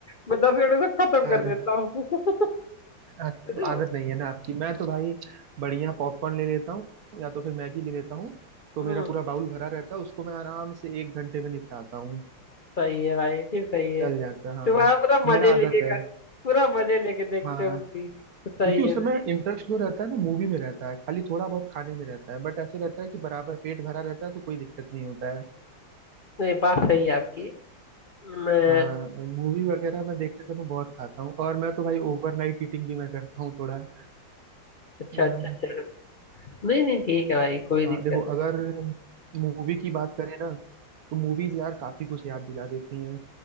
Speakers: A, on the left; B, on the right.
A: मैं दस मिनट में सब खत्म
B: अरे
A: कर देता हूँ <laughs>
B: आ- तो
A: तो,
B: आदत नहीं है ना आपकी मैं तो भाई बढ़िया पॉपकॉर्न ले लेता हूँ या तो फिर मैगी ले लेता हूँ तो
A: हम्म
B: मेरा पूरा बाउल भरा रहता है उसको मैं आराम से एक घंटे में निपटाता हूँ
A: सही है भाई फिर सही है
B: चल जाता है हाँ
A: तुम्हारा पूरा
B: मेरा
A: मजे लेके
B: आदत है
A: का पूरा मजे लेके देखते
B: हाँ
A: हो मूवी सही
B: क्योंकि उस
A: है भाई।
B: समय इंटरेस्ट जो रहता है ना मूवी में रहता है खाली थोड़ा बहुत खाने में रहता है बट ऐसे रहता है कि बराबर पेट भरा रहता है तो कोई दिक्कत नहीं होता
A: नहीं बात सही है आपकी मैं
B: हाँ मूवी वगैरह मैं देखते समय बहुत खाता हूँ और मैं तो भाई ओवरनाइट ईटिंग भी मैं करता हूँ थोड़ा
A: अच्छा
B: अ,
A: अच्छा चलो नहीं नहीं ठीक है भाई कोई
B: हाँ
A: दिक्कत
B: देखो अगर मूवी की बात करें ना तो मूवीज यार काफी कुछ याद दिला देती हैं